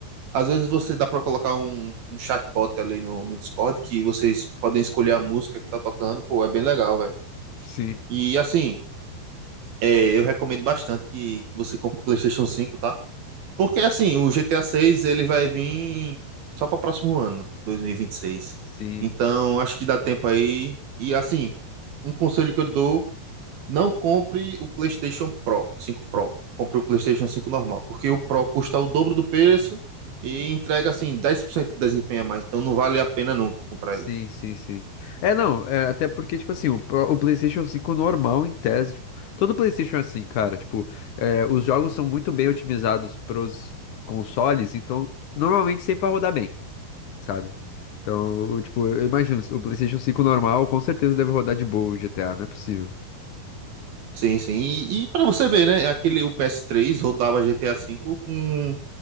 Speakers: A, on the right (about 65°); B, on the left (about 65°).
A: Às vezes você dá pra colocar um, um chatbot ali no, no Discord que vocês podem escolher a música que tá tocando, pô, é bem legal, velho.
B: Sim,
A: E assim, é, eu recomendo bastante que, que você compre o PlayStation cinco tá? Porque assim, o GTA 6 ele vai vir só para o próximo ano, 2026.
B: sim.
A: Então, acho que dá tempo aí. E assim, um conselho que eu dou, não compre o PlayStation Pro, 5 Pro. Compre o PlayStation 5 normal, porque o Pro custa o dobro do preço e entrega assim 10% de desempenho a mais. Então não vale a pena nunca comprar
B: Sim,
A: ele.
B: sim, sim. É, não, é, até porque, tipo assim, o, pro- o PlayStation cinco normal, em tese, tipo, todo PlayStation é assim, cara, tipo, é, os jogos são muito bem otimizados pros consoles, então, normalmente sempre vai rodar bem, sabe? Então, o- tipo, eu imagino, o PlayStation cinco normal com certeza deve rodar de boa o GTA, não é possível.
A: Sim, sim. E, e para você ver, né, aquele o PS3 rodava GTA 5 com